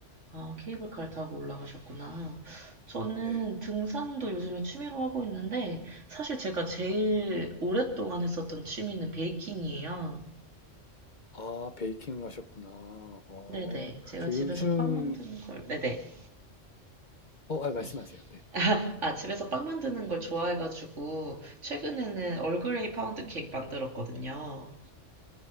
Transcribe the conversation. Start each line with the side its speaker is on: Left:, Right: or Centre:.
Right: 아, 케이블카를 타고 올라가셨구나. 저는
Left: 네.
Right: 등산도 요즘에 취미로 하고 있는데, 사실 제가 제일 오랫동안 했었던 취미는 베이킹이에요.
Left: 아, 베이킹을 하셨구나. 어,
Right: 네네. 제가
Left: 저
Right: 집에서
Left: 요즘,
Right: 빵 만드는 걸, 네네.
Left: 어, 아, 말씀하세요.
Right: 네.
Left: 네.
Right: 아, 집에서 빵 만드는 걸 좋아해가지고, 최근에는 얼그레이 파운드 케이크 만들었거든요.